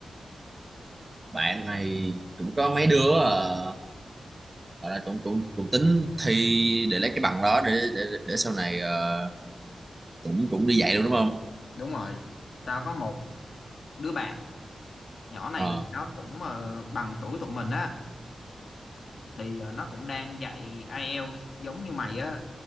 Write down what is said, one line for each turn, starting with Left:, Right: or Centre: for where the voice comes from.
Right: bạn mày cũng có mấy đứa ờ, gọi là cũng cũng cũng tính thi để lấy cái bằng đó để để để sau này ờ, cũng cũng đi dạy luôn đúng không?
Left: đúng rồi tao có một đứa bạn nhỏ này
Right: Ờ.
Left: nó cũng ờ, bằng tuổi tụi mình á thì ờ, nó cũng đang dạy IELTS giống như mày á